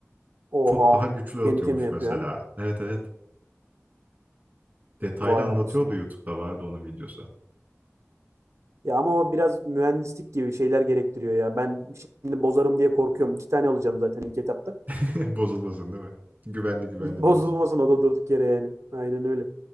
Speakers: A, on the right; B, on the right.
A: Oha.
B: çok daha güçlü
A: Kendi
B: atıyormuş
A: kendine yapıyor
B: mesela.
A: ha.
B: Evet evet. Detaylı
A: Vay
B: anlatıyordu
A: anasını.
B: YouTube'da vardı onun videosu.
A: Ya ama o biraz mühendislik gibi şeyler gerektiriyor ya. Ben şimdi bozarım diye korkuyorum. İki tane alacağım zaten ilk etapta.
B: <laughs> Bozulmasın değil mi? Güvenli
A: <laughs>
B: güvenli
A: Bozulmasın
B: dursun.
A: o da durduk yere yani. Aynen öyle.